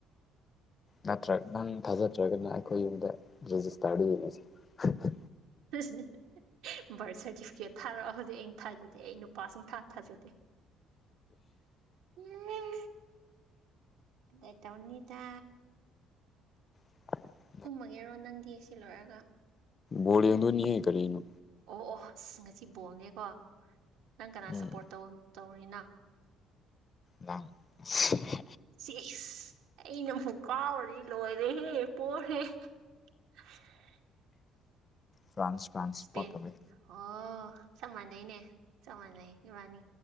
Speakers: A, on the left; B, on the right.
A: ꯅꯠꯇ꯭ꯔꯒ ꯅꯪ ꯊꯥꯖꯗ꯭ꯔꯒꯅ ꯑꯩꯈꯣꯏ ꯌꯨꯝꯗ ꯔꯦꯖꯤꯁꯇꯥꯔꯗ ꯌꯦꯡꯉꯁꯦ ꯍ ꯍ
B: ꯍ ꯍ ꯕꯥꯔꯊ ꯁꯥꯔꯇꯤꯐꯤꯀꯦꯠ ꯊꯥꯔꯛꯑꯣ ꯍꯧꯖꯤꯛ ꯑꯩ ꯊꯥꯖꯗꯦ ꯑꯩ ꯅꯨꯄꯥ ꯁꯨꯡꯊꯥ ꯊꯥꯖꯗꯦ ꯍꯍ ꯑꯦ ꯇꯧꯅꯤꯗ
A: <unintelligible>
B: ꯇꯨꯝꯃꯒꯦꯔꯣ ꯅꯪꯗꯤ ꯁꯤ ꯂꯣꯏꯔꯒ
A: ꯕꯣꯜ ꯌꯦꯡꯗꯣꯏꯅꯤꯍꯦ ꯀꯔꯤꯅꯣ
B: ꯑꯣ ꯑꯣ ꯑꯁ ꯉꯁꯤ ꯕꯣꯜꯅꯦꯀꯣ ꯅꯪ ꯀꯅꯥ
A: ꯎꯝ
B: ꯁꯄꯣꯔꯠ ꯇꯧ ꯇꯧꯔꯤꯅꯣ
A: ꯂꯥꯡ ꯁꯦ ꯍꯍ
B: ꯁꯤꯁ ꯑꯩꯅꯕꯨ ꯀꯥꯎꯔꯗꯤ ꯂꯣꯏꯔꯦꯍꯦ ꯄꯣ ꯍꯦ <unintelligible>
A: ꯐ꯭ꯔꯥꯟꯁ ꯐ꯭ꯔꯥꯟꯁ
B: ꯏꯁꯄꯦꯟ
A: ꯄꯇꯃꯦ
B: ꯑꯣ ꯆꯞ ꯃꯥꯟꯅꯩꯅꯦ ꯆꯞ ꯃꯥꯟꯅꯩ ꯏꯕꯥꯅꯤ